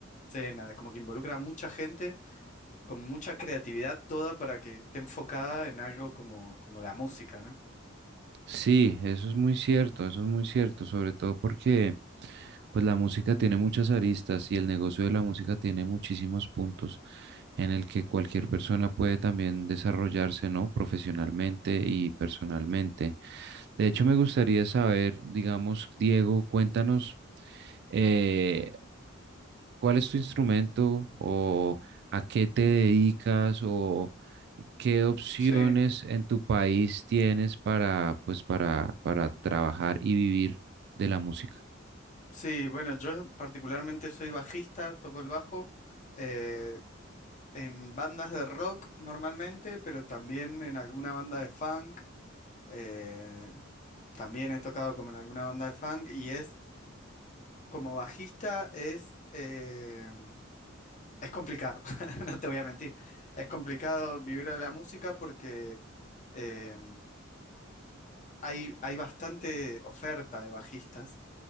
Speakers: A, on the left (about 40°); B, on the right (about 55°).
A: escena, como que involucra a mucha gente con mucha creatividad toda para que esté enfocada en algo como, como la música, ¿no?
B: Sí, eso es muy cierto, eso es muy cierto, sobre todo porque pues la música tiene muchas aristas y el negocio de la música tiene muchísimos puntos en el que cualquier persona puede también desarrollarse, ¿no? Profesionalmente y personalmente. De hecho, me gustaría saber, digamos, Diego, cuéntanos eh, ¿Cuál es tu instrumento o a qué te dedicas o qué opciones
A: Sí,
B: en tu país tienes para, pues, para, para trabajar y vivir de la música?
A: sí, bueno, yo particularmente soy bajista, toco el bajo eh, en bandas de rock normalmente, pero también en alguna banda de funk Eh, también he tocado como en alguna banda de funk y es como bajista es, eh, es complicado, <laughs> no te voy a mentir. Es complicado vivir de la música porque eh, hay, hay bastante oferta de bajistas